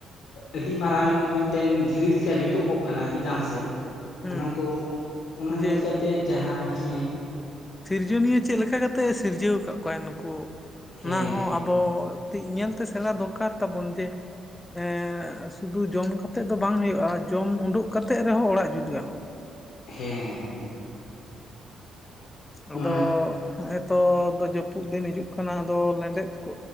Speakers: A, on the left; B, on the left.
A: ᱟᱹᱰᱤ ᱢᱟᱨᱟᱝ ᱢᱤᱫᱴᱮᱱ ᱫᱷᱤᱨᱤ ᱞᱮᱠᱟ ᱡᱩ ᱩᱛᱩᱜᱚᱜ ᱠᱟᱱᱟ ᱪᱮᱛᱟᱱ ᱥᱮᱫ,
B: ᱦᱮᱸ
A: ᱚᱱᱟ ᱫᱚ ᱚᱱᱟ
B: ᱡᱮ
A: ᱧᱮᱞ ᱠᱟᱛᱮ ᱡᱟᱦᱟᱸ ᱦᱮᱸᱼᱼ
B: ᱥᱤᱨᱡᱚᱱᱤᱭᱟᱹ ᱪᱮᱫ ᱞᱮᱠᱟ ᱠᱟᱛᱮᱜ ᱥᱤᱨᱡᱟᱹᱣ ᱟᱠᱟᱜ ᱠᱚᱣᱟᱭ ᱱᱩᱠᱩ,
A: ᱦᱮᱸ
B: ᱚᱱᱟ ᱦᱚᱸ ᱟᱵᱼᱼ ᱟᱵᱚ ᱠᱟᱹᱴᱤᱡ ᱧᱮᱞᱛᱮ ᱥᱮᱬᱟ ᱫᱚᱨᱠᱟᱨ ᱛᱟᱵᱚᱱ ᱡᱮᱼᱼ ᱦᱮᱻ ᱥᱩᱫᱩ ᱡᱚᱢ ᱠᱟᱛᱮ ᱫᱚ ᱵᱟᱝ ᱦᱩᱭᱩᱜᱼᱟ, ᱡᱚᱢ ᱩᱰᱩᱠ ᱠᱟᱛᱮᱜ ᱨᱮᱦᱚᱸ ᱚᱲᱟᱜ ᱡᱩᱛ ᱜᱟᱱᱚᱜᱼᱟ ᱾
A: ᱦᱮᱸ᱾
B: ᱟᱫᱚ
A: ᱚᱱᱟ
B: ᱱᱤᱛᱚᱜ ᱫᱚ ᱡᱟᱹᱯᱩᱫ ᱫᱤᱱ ᱦᱤᱡᱩᱜ ᱠᱟᱱᱟ, ᱟᱫᱚ ᱞᱮᱸᱰᱮᱫ ᱠᱚ